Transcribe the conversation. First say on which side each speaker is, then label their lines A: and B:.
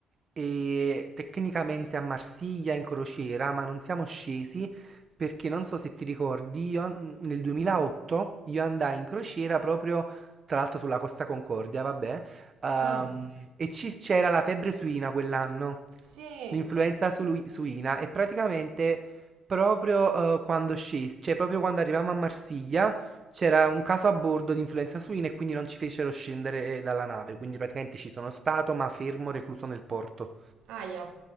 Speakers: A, on the right; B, on the right.
A: e tecnicamente a Marsiglia in crociera, ma non siamo scesi perché non so se ti ricordi, io mm, nel 2008 io andai in crociera proprio tra l'altro sulla Costa Concordia, vabbè, ehm,
B: Mm.
A: e ci- c'era la febbre suina quell'anno,
B: Sì,
A: l'influenza sui- suina e praticamente Proprio, eh, quando scesi, cioè proprio quando arrivammo a Marsiglia c'era un caso a bordo di influenza suina e quindi non ci fecero scendere eh, dalla nave, quindi praticamente ci sono stato ma fermo recluso nel porto.
B: aia.